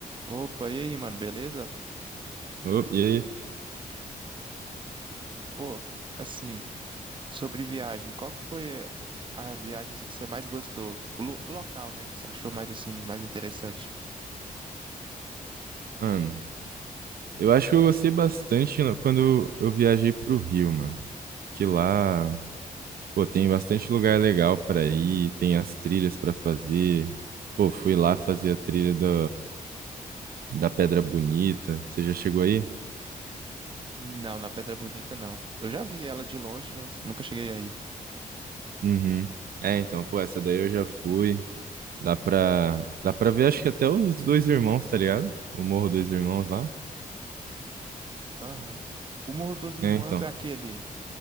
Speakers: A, on the right; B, on the right.
A: Opa, e aí, mano, beleza?
B: Ô, E aí,
A: Pô, assim, sobre viagem, qual que foi a viagem assim, que você mais gostou? O, lo- o local, né, que você achou mais assim, mais interessante?
B: mano, eu acho que eu gostei bastante no- quando eu viajei pro Rio, mano. Que lá, pô, tem bastante lugar legal pra ir, tem as trilhas pra fazer. Pô, fui lá fazer a trilha da, da Pedra Bonita. Você já chegou aí?
A: Não, na Pedra Bonita não. Eu já vi ela de longe, mas nunca cheguei aí.
B: Uhum. É, então, pô, essa daí eu já fui. Dá pra, dá pra ver, acho que até os dois irmãos, tá ligado? O Morro Dois Irmãos lá.
A: Aham. O Morro dos
B: É,
A: Irmãos
B: então.
A: é aquele,